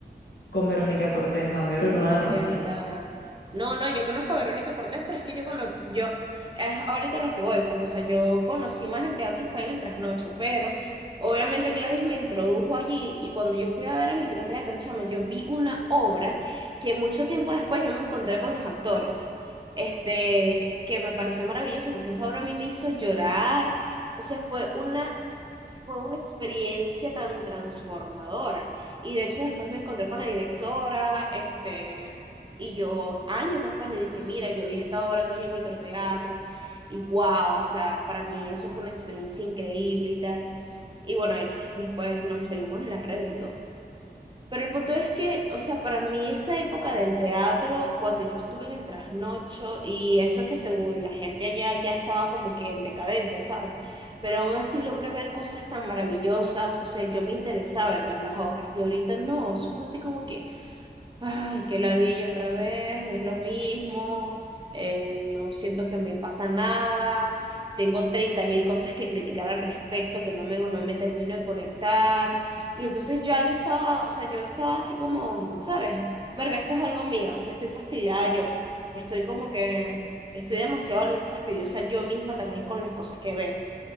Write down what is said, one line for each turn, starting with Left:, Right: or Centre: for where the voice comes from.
Left: con Verónica Cortés. No, yo creo que tú no
Right: Es
Left: la conociste.
Right: verdad. No, no, yo conozco a Verónica Cortés, pero es que yo conozco, yo, es ahorita lo que voy, pues, o sea, yo conocí más el teatro fue en el trasnocho, pero obviamente Gladys me introdujo allí y cuando yo fui a ver a microteatro, chama, yo vi una obra que mucho tiempo después yo me encontré con los actores, este, que me pareció maravilloso porque esa obra a mí me hizo llorar, o sea, fue una fue una experiencia tan transformadora. Y de hecho después me encontré con la directora, este, y yo años después le dije, mira, yo vi esta obra tuya en microteatro, y wow, o sea, para mí eso fue una experiencia increíble y tal. Y bueno, X, después nos seguimos en las redes y todo. Pero el punto es que, o sea, para mí esa época del teatro, cuando yo estuve en el trasnocho y eso que según la gente allá ya estaba como que en decadencia, ¿sabes? Pero aún así logré ver cosas tan maravillosas, o sea, yo me interesaba en ver las obras y ahorita no, eso es así como que Ay, qué ladilla otra vez, es lo mismo, eh, no siento que me pasa nada, tengo 30 mil cosas que criticar al respecto, que no me, no me termino de conectar, y entonces ya yo estaba, o sea, yo estaba así como, ¿sabes? Verga, esto es algo mío, o sea, estoy fastidiada yo, estoy como que, estoy demasiado fastidiosa yo misma también con las cosas que veo.